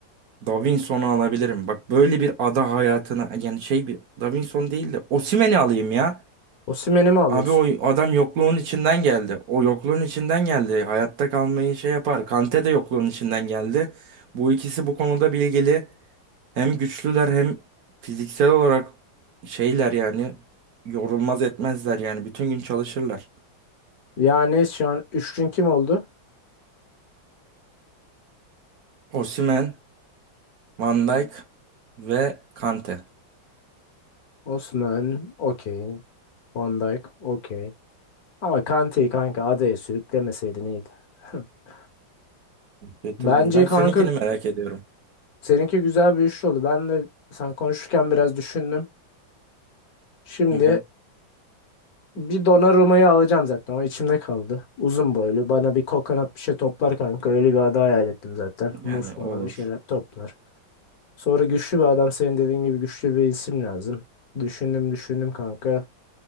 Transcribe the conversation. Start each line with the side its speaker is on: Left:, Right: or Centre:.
Right: Davinson'u alabilirim. Bak böyle bir ada hayatına yani şey bir Davinson değil de Osimhen'i alayım ya.
Left: Osimhen'i mi alıyorsun?
Right: Abi o adam yokluğun içinden geldi. O yokluğun içinden geldi. Hayatta kalmayı şey yapar. Kante de yokluğun içinden geldi. Bu ikisi bu konuda bilgili. Hem güçlüler hem fiziksel olarak şeyler yani yorulmaz etmezler yani bütün gün çalışırlar.
Left: Yani şu an üçlün kim oldu?
Right: Osimhen, Van Dijk ve Kante.
Left: Osimhen, okey. Van Dijk, okey. Ama Kante'yi kanka adaya sürüklemeseydin iyiydi. <laughs>
Right: Getirdim
Left: Bence
Right: ben.
Left: kanka
Right: Seninkini merak ediyorum.
Left: seninki güzel bir üçlü oldu. Ben de sen konuşurken biraz düşündüm. Şimdi
Right: Hı hı.
Left: Bir Donnarumma'yı alacağım zaten. O içimde kaldı. Uzun boylu. Bana bir kokonat bir şey toplar kanka. Öyle bir ada hayal ettim zaten.
Right: Yani
Left: Muz falan
Right: olur.
Left: bir şeyler toplar. Sonra güçlü bir adam. Senin dediğin gibi güçlü bir isim lazım. Düşündüm düşündüm kanka.